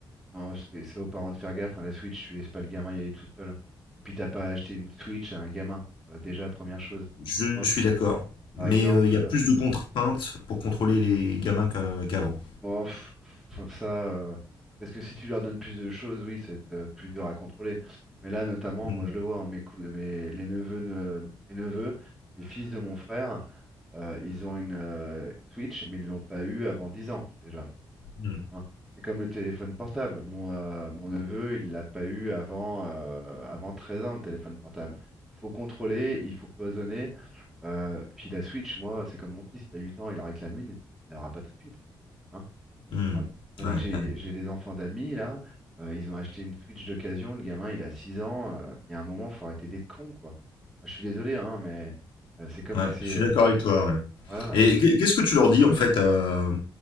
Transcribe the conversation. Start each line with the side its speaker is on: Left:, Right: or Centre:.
Centre: Non, c'est c'est aux parents de faire gaffe. hein, la Switch, tu laisses pas le gamin y aller tout seul. Et puis, t'as pas acheté une Switch à un gamin. Euh, déjà, première chose.
Left: Je
Centre: Moi,
Left: suis
Centre: p-
Left: d'accord. Mais
Centre: par exemple.
Left: euh, il y a plus de contraintes pour contrôler les gamins qu'a- qu'avant.
Centre: Bon, pff, pff, ça, euh, parce que si tu leur donnes plus de choses, oui, ça va être euh, plus dur à contrôler. Mais là, notamment,
Left: Mm,
Centre: moi, je le vois, hein, mes, cou- mes- les neveux, de- mes neveux, les fils de mon frère, euh, ils ont une euh, Switch, mais ils l'ont pas eu avant 10 ans déjà.
Left: mm,
Centre: hein. C'est comme le téléphone portable. Mon, euh, mon neveu, il l'a pas eu avant, euh, avant 13 ans, le téléphone portable. Il faut contrôler, il faut cloisonner. euh, puis la Switch, moi, c'est comme mon fils, il a 8 ans, il en réclame une, il l'aura pas tout de suite. hein.
Left: mm.
Centre: Tand- Tandis
Left: Ouais,
Centre: que j'ai
Left: ouais.
Centre: j'ai des enfants d'amis, là, euh, ils ont acheté une Switch d'occasion, le gamin, il a 6 ans, euh, il y a un moment, faut arrêter d'être con, quoi. Moi, je suis désolé, hein, mais euh, c'est comme
Left: Ouais,
Centre: laisser...
Left: je suis
Centre: euh,
Left: d'accord avec toi. ouais.
Centre: voilà,
Left: Et
Centre: et c'est...
Left: qu'est- qu'est-ce que tu leur dis en fait euh,